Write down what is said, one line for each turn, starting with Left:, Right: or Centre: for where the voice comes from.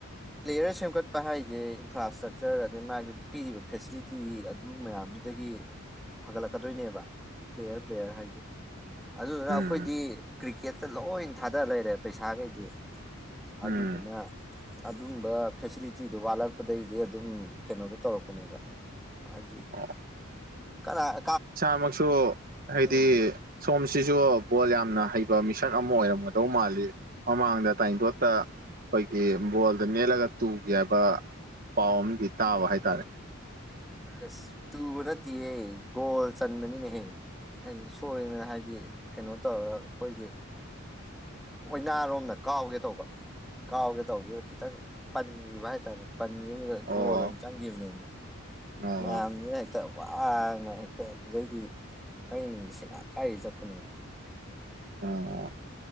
Centre: ꯄ꯭ꯂꯦꯌꯔ ꯁꯦꯝꯒꯠꯄ ꯍꯥꯏꯁꯦ ꯏꯟꯐ꯭ꯔꯥ ꯏꯁꯇ꯭ꯔꯛꯆꯔ ꯑꯗꯩ ꯃꯥꯒꯤ ꯄꯤꯔꯤꯕ ꯐꯦꯁꯤꯂꯤꯇꯤ ꯑꯗꯨ ꯃꯌꯥꯝꯗꯨꯗꯒꯤ ꯐꯒꯠꯂꯛꯀꯗꯣꯏꯅꯦꯕ ꯄ꯭ꯂꯦꯌꯔ ꯄ꯭ꯂꯦꯌꯔ ꯍꯥꯏꯖꯦ ꯑꯗꯨꯗꯨꯅ
Right: ꯎꯝ
Centre: ꯑꯩꯈꯣꯏꯗꯤ ꯀ꯭ꯔꯤꯛꯀꯦꯠꯇ ꯂꯣꯏ ꯊꯥꯗ ꯂꯩꯔꯦ ꯄꯩꯁꯥꯈꯩꯗꯤ
Right: ꯎꯝ
Centre: ꯑꯗꯨꯗꯨꯅ ꯑꯗꯨꯝꯕ ꯐꯦꯁꯤꯂꯤꯇꯤꯗꯨꯣ ꯋꯥꯠꯂꯛꯄꯗꯒꯤꯗꯤ ꯑꯗꯨꯝ ꯀꯩꯅꯣꯗꯣ ꯇꯧꯔꯛꯄꯅꯦꯕ ꯑꯗꯤ
Right: ꯑꯣ
Centre: ꯀꯅꯥ
Right: ꯏꯁꯥꯃꯛꯁꯨ ꯍꯥꯏꯗꯤ
Centre: ꯎꯝ
Right: ꯁꯣꯝ ꯁꯤꯁꯨ ꯕꯣꯜ ꯌꯥꯝꯅ ꯍꯩꯕ ꯃꯤꯁꯛ ꯑꯃ ꯑꯣꯏꯔꯝꯒꯗꯧ ꯃꯥꯜꯂꯤ ꯃꯃꯥꯡꯗ ꯇꯥꯏꯊꯣꯠꯇ ꯑꯩꯈꯣꯏꯒꯤ ꯕꯣꯜꯗ ꯅꯦꯠꯂꯒ ꯇꯨꯒꯦ ꯍꯥꯏꯕ ꯄꯥꯎ ꯑꯃꯗꯤ ꯇꯥꯕ ꯍꯥꯏꯇꯥꯔꯦ
Centre: ꯑꯁ ꯇꯨꯕ ꯅꯠꯇꯦꯌꯦ ꯒꯣꯜ ꯆꯟꯕꯅꯤꯅꯦꯍꯦ ꯍꯥꯏꯗꯤ ꯁꯣꯏꯗꯅ ꯍꯥꯏꯗꯤ ꯀꯩꯅꯣ ꯇꯧꯔꯒ ꯑꯩꯈꯣꯏꯒꯤ ꯑꯣꯏꯅꯥꯔꯣꯝꯅ ꯀꯥꯎꯒꯦ ꯇꯧꯕ ꯀꯥꯎꯒꯦ ꯇꯧꯕꯗꯨꯗ ꯈꯤꯇꯪ ꯄꯟꯈꯤꯕ ꯍꯥꯏꯇꯥꯔꯦꯅꯦ ꯄꯟ
Right: ꯑꯣ
Centre: ꯒꯣꯜ ꯑꯣꯏꯅ ꯆꯪꯈꯤꯕꯅꯦꯅꯦ
Right: ꯑꯣ
Centre: ꯃꯌꯥꯝꯗꯨꯅ
Right: ꯑꯣ
Centre: ꯍꯦꯛꯇ ꯋꯥꯅ ꯍꯦꯛꯇ ꯑꯗꯨꯗꯩꯗꯤ ꯑꯩ ꯃꯤꯡꯗ ꯁꯦꯒ ꯀꯥꯏ ꯆꯠꯄꯅꯤꯅ
Right: ꯑꯣ